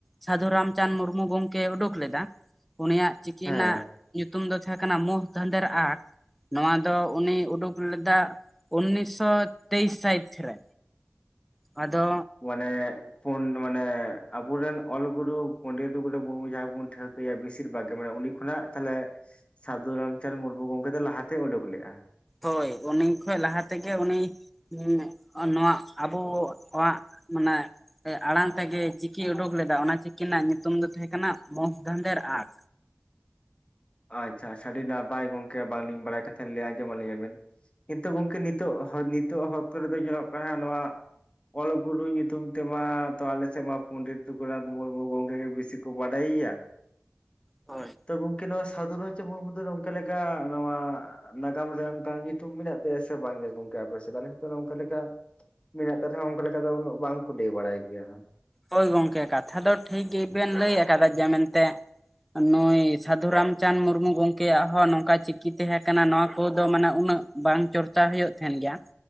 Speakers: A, in the centre; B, on the left.
A: ᱥᱟᱹᱫᱷᱩ ᱨᱟᱢᱪᱟᱸᱫᱽ ᱢᱩᱨᱢᱩ ᱜᱚᱝᱠᱮ ᱩᱰᱩᱠ ᱞᱮᱫᱟ ᱩᱱᱤᱭᱟᱜ ᱪᱤᱠᱤ
B: ᱦᱮᱸ
A: ᱨᱮᱱᱟᱜ ᱧᱩᱛᱩᱢ ᱫᱚ ᱛᱟᱦᱮᱸ ᱠᱟᱱᱟ ᱢᱚᱦ ᱫᱷᱟᱸᱫᱮᱨ ᱟᱸᱠᱷ ᱱᱚᱣᱟ ᱫᱚ ᱩᱱᱤ ᱩᱰᱩᱠ ᱞᱮᱫᱟ ᱩᱱᱤᱥᱥᱚ ᱛᱮᱭᱤᱥ ᱥᱟᱹᱦᱤᱛ ᱨᱮ ᱟᱫᱚ
B: ᱢᱟᱱᱮ ᱯᱩᱱ ᱢᱟᱱᱮ ᱟᱵᱚᱨᱮᱱ ᱚᱞᱜᱩᱨᱩ ᱯᱚᱱᱰᱤᱛ ᱨᱚᱜᱷᱩᱱᱟᱛᱷ ᱢᱩᱨᱢᱩ ᱡᱟᱵᱚᱱ ᱴᱷᱟᱹᱠ ᱞᱮᱭᱟ ᱵᱮᱥᱤᱨ ᱵᱷᱟᱜᱽ ᱜᱮ ᱢᱟᱱᱮ ᱩᱱᱤ ᱢᱟᱱᱮ ᱩᱱᱤ ᱠᱷᱚᱱᱟᱜ ᱛᱟᱦᱚᱞᱮ ᱥᱟᱹᱫᱷᱩ ᱨᱟᱢᱪᱟᱸᱫᱽ ᱢᱩᱨᱢᱩ ᱜᱚᱢᱠᱮ ᱫᱚ ᱞᱟᱦᱟᱛᱮᱭ ᱩᱰᱩᱠ ᱞᱮᱫᱼᱟ
A: ᱦᱳᱭ ᱩᱱᱤ ᱠᱷᱚᱡ ᱞᱟᱦᱟ ᱛᱮᱜᱮ ᱩᱱᱤ ᱦᱩᱸ, ᱱᱚᱣᱟ ᱟᱵᱚᱣᱟᱜ ᱢᱟᱱᱮ ᱟᱲᱟᱝ ᱛᱮᱜᱮ ᱪᱤᱠᱤᱭ ᱩᱰᱩᱠ ᱞᱮᱫᱟ ᱚᱱᱟ ᱪᱤᱠᱤ ᱨᱮᱱᱟᱜ ᱧᱩᱛᱩᱢ ᱫᱚ ᱛᱟᱦᱮᱸ ᱠᱟᱱᱟ ᱢᱚᱸᱦ ᱫᱷᱟᱸᱫᱮᱨ ᱟᱜ
B: ᱟᱪᱪᱷᱟ ᱟᱪᱪᱷᱟ ᱟᱹᱰᱤ ᱱᱟᱯᱟᱭ ᱜᱚᱝᱠᱮ ᱵᱟᱝ ᱞᱤᱧ ᱵᱟᱲᱟᱭ ᱠᱟᱱ ᱛᱟᱸᱦᱮᱫ ᱞᱟᱹᱭ ᱟᱸᱡᱚᱢᱟᱜ ᱞᱤᱧᱟ ᱵᱤᱱ ᱠᱤᱱᱛᱩ ᱜᱚᱝᱠᱮ ᱱᱤᱛᱚᱜ ᱱᱤᱛᱚᱜ ᱦᱚᱠ ᱨᱮᱫᱚ ᱧᱮᱞᱚᱜ ᱠᱟᱱᱟ ᱱᱚᱣᱟ ᱚᱞ ᱜᱩᱨᱩ ᱧᱩᱛᱩᱢ ᱛᱮᱢᱟ ᱛᱚ ᱟᱞᱮ ᱥᱮᱫ ᱢᱟ ᱯᱚᱱᱰᱤᱛ ᱨᱚᱜᱷᱩᱱᱟᱛᱷ ᱢᱩᱨᱢᱩ ᱜᱚᱝᱠᱮ ᱜᱮ ᱵᱮᱥᱤ ᱠᱚ ᱵᱟᱰᱟᱭᱮᱭᱟ
A: ᱦᱳᱭ
B: ᱛᱚ ᱜᱚᱝᱠᱮ ᱱᱚᱣᱟ ᱥᱟᱫᱷᱩ ᱨᱟᱢᱪᱟᱸᱫᱽ ᱢᱩᱨᱢᱩ ᱫᱚ ᱱᱚᱝᱠᱟ ᱞᱮᱠᱟ ᱱᱚᱣᱟ ᱱᱟᱜᱟᱢ ᱨᱮ ᱚᱱᱠᱟ ᱧᱩᱛᱩᱢ ᱢᱮᱱᱟᱜ ᱛᱟᱭᱟ ᱥᱮ ᱵᱟᱝᱜᱮ ᱜᱚᱝᱠᱮ ᱟᱯᱮᱥᱮ ᱟᱞᱮ ᱚᱱᱠᱟ ᱞᱮᱠᱟ ᱢᱮᱱᱟᱜ ᱠᱟᱹᱛᱷᱟᱹ ᱦᱚ ᱚᱱᱠᱟ ᱞᱮᱠᱟ ᱫᱚ ᱩᱱᱟᱹᱜ ᱵᱟᱝᱠᱚ ᱞᱟᱹᱭ ᱵᱟᱲᱟᱭ ᱜᱮᱭᱟ
A: ᱦᱳᱭ ᱜᱚᱝᱠᱮ ᱠᱟᱛᱷᱟ ᱫᱚ ᱴᱷᱤᱠ ᱜᱮᱵᱮᱱ ᱞᱟᱹᱭ ᱟᱠᱟᱫᱟ ᱡᱮ ᱢᱮᱱᱛᱮ ᱱᱩᱭ ᱥᱟᱫᱷᱩ ᱨᱟᱢᱪᱟᱸᱫᱽ ᱢᱩᱨᱢᱩ ᱜᱚᱝᱠᱮᱭᱟᱜ ᱦᱚᱸ ᱱᱚᱝᱠᱟ ᱪᱤᱠᱤ ᱛᱟᱦᱮᱸ ᱠᱟᱱᱟ ᱱᱚᱣᱟ ᱠᱚᱫᱚ ᱢᱟᱱᱮ ᱩᱱᱟᱹᱜ ᱵᱟᱝ ᱪᱚᱨᱪᱟ ᱦᱩᱭᱩᱜ ᱛᱟᱦᱮᱱ ᱜᱮᱭᱟ